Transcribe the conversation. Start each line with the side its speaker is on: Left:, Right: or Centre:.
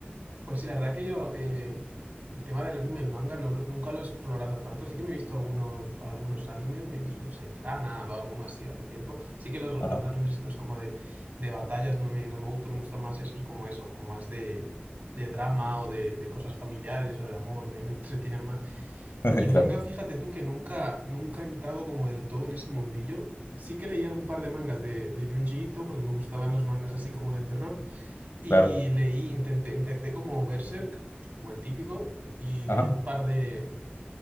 Right: Pues sí, la verdad que yo eh, el tema del anime y el manga no lo- nunca lo he explorado tanto. Sí que me he visto algunos, algunos animes, me vi, no sé, Clannad o alguno así hace tiempo. Sí que los, los
Left: Ajá,
Right: animes estos como de, de batallas no me, no me gustan, me gustan más esos como eso, como más de, de drama o de, de cosas familiares o de amor, me, <laughs> me entretienen más.
Left: <laughs>
Right: Y manga,
Left: claro,
Right: fíjate tú que nunca, nunca he entrado como del todo en ese mundillo. Sí que leí un par de mangas de, de Junji Ito porque me gustaban los mangas así como de terror. Y
Left: claro.
Right: leí, intenté, empecé como Berserk, como el típico, y leí
Left: Ajá.
Right: un par de,